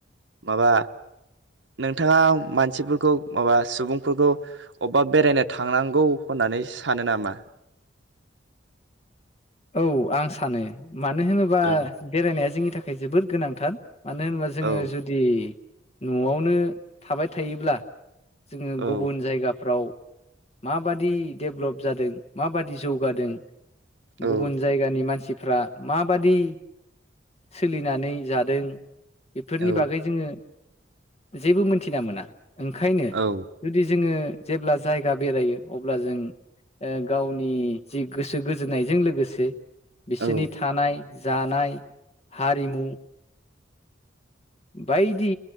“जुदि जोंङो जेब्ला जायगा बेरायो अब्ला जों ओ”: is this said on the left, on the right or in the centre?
Left